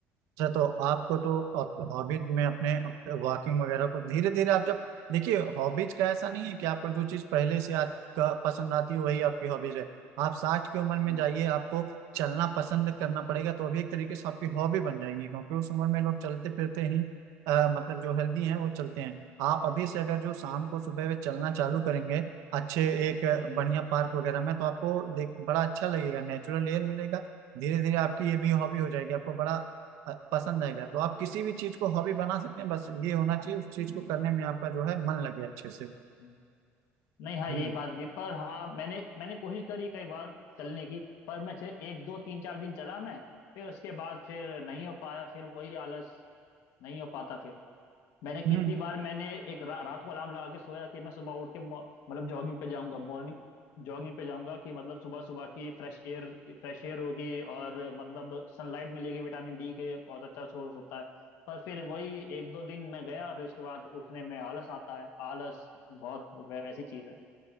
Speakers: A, on the right; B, on the left.
A: अच्छा तो आपको तो आप हॉबीज में अपने वॉकिंग वगैरह को धीरे
B: हम्म,
A: धीरे आप जब देखिए हॉबीज का ऐसा नहीं है कि आपको जो चीज पहले से आपका पसंद आती है वही आपकी हॉबीज है आप साठ की उम्र में
B: हम्म,
A: जाइए आपको चलना पसंद
B: हम्म,
A: करना पड़ेगा तो अभी एक तरीके से आपकी हॉबी बन जाएगी क्योंकि उस उम्र में लोग चलते फिरते ही अ, मतलब जो हेल्दी हैं वो चलते हैं आप अभी से अगर जो शाम को सुबह वे चलना चालू करेंगे अच्छे एक
B: हम्म,
A: बढ़िया पार्क वगैरह में तो आपको देख बड़ा अच्छा लगेगा नेचुरल एयर मिलेगा धीरे धीरे आपकी ये भी हॉबी हो जाएगी आपको बड़ा अ, पसंद आएगा तो आप किसी भी चीज को हॉबी बना सकते हैं बस ये होना चाहिए उस चीज को करने में आपका जो है मन लगे अच्छे से
B: हम्म। नहीं हाँ
A: हम्म
B: यही बात भी पर हाँ मैंने मैंने कोशिश करी कई बार चलने की पर मैं सिर्फ एक दो तीन चार दिन चला मैं फिर उसके बाद फिर नहीं हो पाया फिर वही आलस नहीं हो पाता फिर मैंने कितनी
A: हम्म
B: बार मैंने एक रा, रात को अलार्म लगा के सोया कि मैं सुबह उठ के मॉ- मतलब जॉगिंग पे जाऊंगा मॉर्निंग जॉगिंग पे जाऊंगा कि मतलब सुबह सुबह की फ्रेश एयर फ्रेश एयर होगी और मतलब सनलाइट मिलेगी विटामिन डी के बहुत अच्छा सोर्स होता है पर फिर वही एक दो दिन मैं गया फिर उसके बाद उठने में आलस आता है आलस बहुत वै- वैसी चीज है